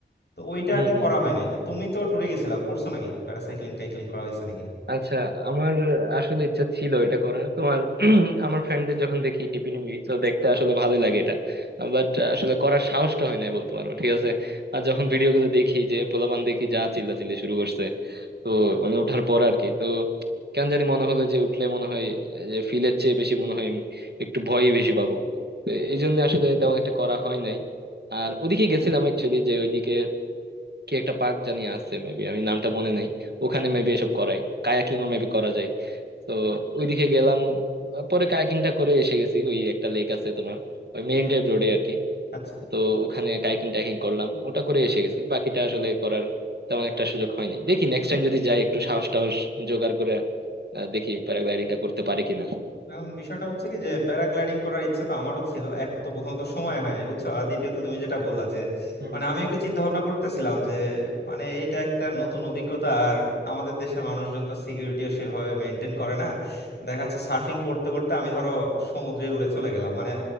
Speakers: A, on the left (about 60°); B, on the right (about 60°).
A: তো ওইটা
B: হম
A: আর কি
B: হম
A: করা হয় নাই তো তুমি তো ট্যুরে গেছিলা করছো নাকি প্যারাসাইক্লিং টাইক্লিং করা হয়েছে নাকি
B: আচ্ছা আমার আসলে ইচ্ছা ছিল এটা করার তোমার <clears throat> আমার ফ্রেন্ডদের যখন দেখি ডিপি মুভি তো দেখতে আসলে ভালোই লাগে এটা বাট আসলে করার সাহসটা হয় না বলতে পারো ঠিক আছে আর যখন ভিডিও গুলো দেখি যে পোলাপান দেখি যা চিল্লাচিল্লি শুরু করছে তো মানে ওঠার পর আর কি তো কেন জানি মনে হলো যে উঠলে মনে হয় যে ফিলের চেয়ে বেশি মনে হয় একটু ভয়ই বেশি পাবো তো এই জন্য আসলে তেমন একটা করা হয় নাই আর ওদিকে গেছিলাম অ্যাকচুয়ালি যে ওইদিকে কি একটা পার্ক জানি আছে মেবি আমি নামটা মনে নাই ওখানে মেবি এসব করাই কায়াকিং ও মেবি করা যায় তো ওইদিকে গেলাম আহ, পরে কায়াকিংটা করে এসে গেছি ওই একটা লেক আছে তোমার ওই মেইন ড্রাইভ রোডে আর কি
A: আচ্ছা।
B: তো ওখানে কায়াকিং টাইকিং করলাম ওটা করে এসে গেছি বাকিটা আসলে করার তেমন একটা সুযোগ হয়নি দেখি নেক্সট টাইম যদি যাই একটু সাহস টাহস জোগাড় করে আহ, দেখি প্যারাগ্লাইডিংটা করতে পারি কিনা
A: এখন বিষয়টা হচ্ছে কি যে প্যারাগ্লাইডিং করার ইচ্ছা তো আমারও ছিল এক তো প্রথমত সময় হয় নাই বুঝছো আর দ্বিতীয়ত তুমি যেটা বললা যে
B: হুম
A: মানে আমি একটু চিন্তা ভাবনা করতেছিলাম যে মানে এটা একটা নতুন অভিজ্ঞতা আর আমাদের দেশের মানুষজন তো সিকিউরিটিও সেভাবে মেনটেন করে না দেখা যাচ্ছে সার্ফিং করতে করতে আমি ধরো সমুদ্রে উড়ে চলে গেলাম মানে